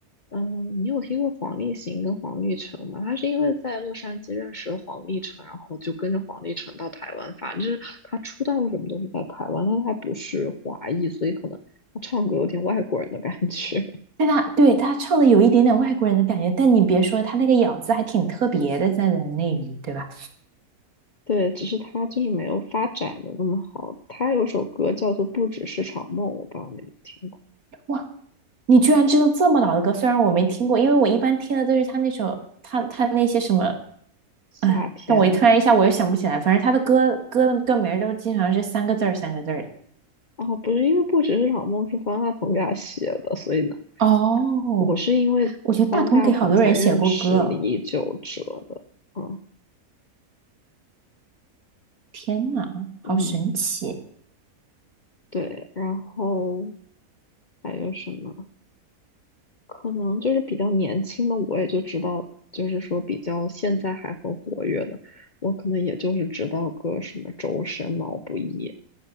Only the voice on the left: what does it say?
嗯，你有听过黄立行跟黄立成吗？他是因为在洛杉矶认识了黄立成，然后就跟着黄立成到台湾发展，就是他出道什么都是在台湾，但他不是华裔，所以可能他唱歌有点外国人的感觉。
<laughs> 对，只是他就是没有发展的那么好。他有首歌叫做《不只是场梦》，我不知道你们听过，
夏天。
哦，不是，因为《不只是场梦》是方大同给他写的，所以呢。
我是因为方大同才认识李玖哲的，
嗯
嗯，对，然后还有什么？可能就是比较年轻的，我也就知道，就是说比较现在还很活跃的，我可能也就是知道个什么周深、毛不易、